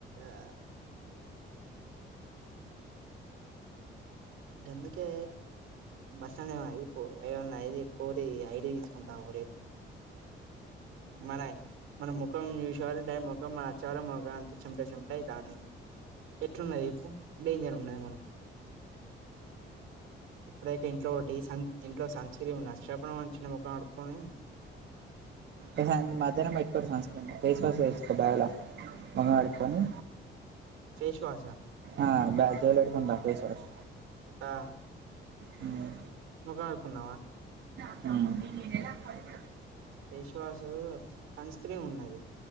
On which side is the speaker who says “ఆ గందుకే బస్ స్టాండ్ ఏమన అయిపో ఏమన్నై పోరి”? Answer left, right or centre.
Right